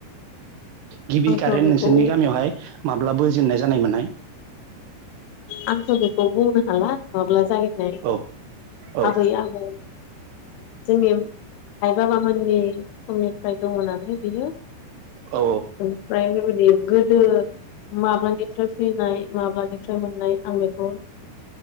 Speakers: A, on the right; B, on the left.
A: गिबि
B: आंथ'
A: कारेन्ट
B: बेखौ
A: नोंसोरनि गामियावहाय माब्ला बोजेननाय जानाय मोनहनाय
B: आंथ बेखौ बुंनो हला माब्ला जनाय
A: औ औ
B: आबै आबौ जोंनि आइ बाबामोननि समनिफ्राय दङ नालाय बियो
A: औ
B: ओमफ्राय बेबायदि गोदो माबानिफ्राय फैनाय माबानि फफ्राय मोननाय आं बेखौ